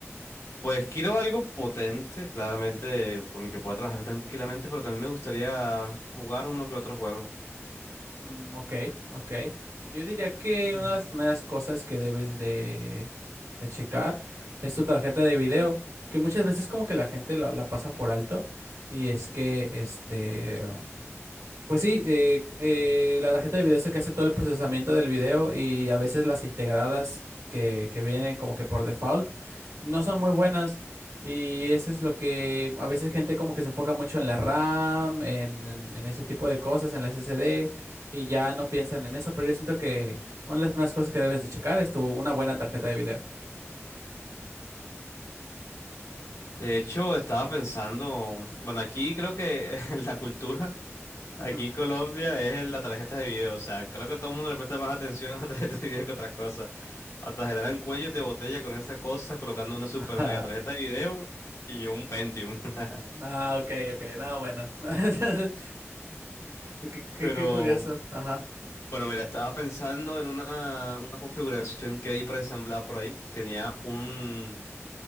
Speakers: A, on the left; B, on the right.
A: Pues quiero algo potente, claramente, con el que
B: Ujú.
A: pueda trabajar tranquilamente, pero también me gustaría jugar uno que otro juego.
B: Mm, ok, ok. Yo diría que
A: Ujú.
B: una de las primeras cosas que debes de, de checar es tu tarjeta de video, que muchas veces como que la gente la, la pasa por alto y es que este... Pues sí, eh, eh, la tarjeta de video es la que hace todo el procesamiento del video y a veces las integradas que, que vienen como que por default no son muy buenas y eso es lo que a veces gente como que se enfoca mucho en la RAM, en, en- en ese tipo de cosas, en la SSD y ya no piensan en eso, pero yo siento que una de las primeras cosas que debes de checar es tu, una buena tarjeta de video.
A: De hecho, estaba pensando, bueno, aquí creo que <laughs> la cultura,
B: Ujú.
A: aquí en Colombia, es la tarjeta de video. O sea, creo que todo el mundo le presta más atención a la tarjeta de video que a otra cosa. Hasta generan cuellos de botella con esa cosa, colocando una super
B: Ah,
A: mega tarjeta de video y yo un Pentium. <laughs>
B: ah, ok, ok, no, bueno. <laughs> Qué, qué-
A: Pero,
B: qué curioso, ajá.
A: bueno, mira, estaba pensando en una, una configuración que hay preasamblada por ahí. Tenía un,